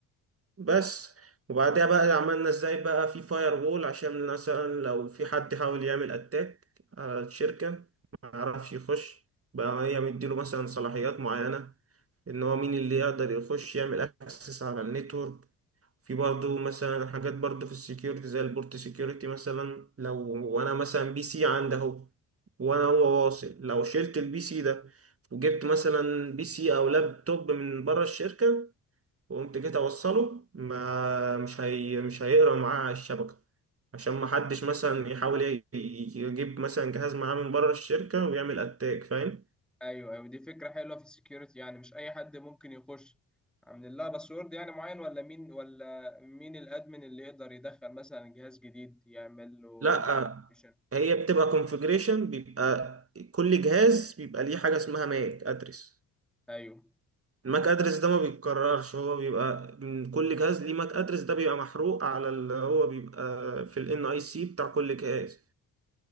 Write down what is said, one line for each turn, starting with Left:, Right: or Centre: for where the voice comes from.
Right: بس وبعدها بقى عملنا ازاي بقى في فاير وول عشان مثلا لو في حد حاول يعمل اتاك على الشركة ما يعرفش يخش بقى هي مديله مثلا صلاحيات معينة ان هو مين اللي يقدر يخش يعمل اكسس على النتورك في برضه مثلا حاجات برضه في السكيورتي زي البورت سكيورتي مثلا لو وانا مثلا بي سي عندي اهو وانا هو واصل لو شلت البي سي ده وجبت مثلا بي سي او لابتوب من بره الشركة وقمت جيت اوصله ما مش هي مش هيقرا معاه على الشبكه عشان ما حدش مثلا يحاول ي- يجيب مثلا جهاز معاه من بره الشركه ويعمل اتاك فاهم
Centre: ايوه ايوه دي فكرة حلوة في السكيورتي يعني مش اي حد ممكن يخش عاملين لها باسورد يعني معين ولا مين ولا مين الادمن اللي يقدر يدخل مثلا جهاز جديد يعمل له
Right: لا
Centre: ريجستريشن
Right: هي بتبقى كونفجريشن بيبقى كل جهاز بيبقى ليه حاجه اسمها ماك ادرس
Centre: ايوه
Right: الماك ادرس ده ما بيتكررش هو بيبقى من كل جهاز ليه ماك ادرس ده بيبقى محروق على اللي هو بيبقى في الان اي سي بتاع كل جهاز